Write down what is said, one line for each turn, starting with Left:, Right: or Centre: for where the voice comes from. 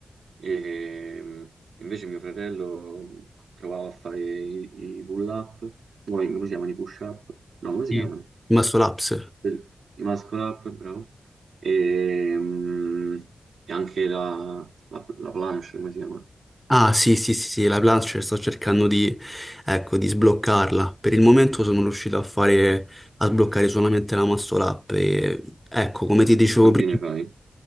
Right: e mh, invece mio fratello provava a fare i, i pull-up, poi come si chiamano i push-up? No, come si
Centre: Sì.
Right: chiamano?
Centre: il muscle ups,
Right: Quel- I muscle-up, bravo, e, mh, e anche la, la, la planche, come si chiama?
Centre: Ah, sì, sì, sì, sì, la Plancher sto cercando di, ecco, di sbloccarla. Per il momento sono riuscito a fare, a sbloccare solamente la muscle up e, ecco, come ti dicevo
Right: Quanti
Centre: prima,
Right: ne fai?